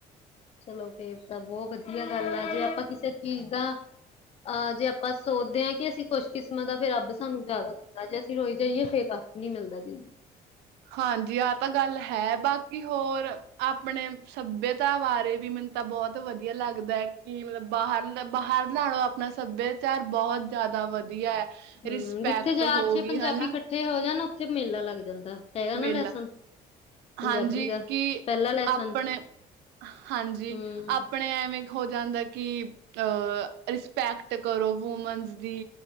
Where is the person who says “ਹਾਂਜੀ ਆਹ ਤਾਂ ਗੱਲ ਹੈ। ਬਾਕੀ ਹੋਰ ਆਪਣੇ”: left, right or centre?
Right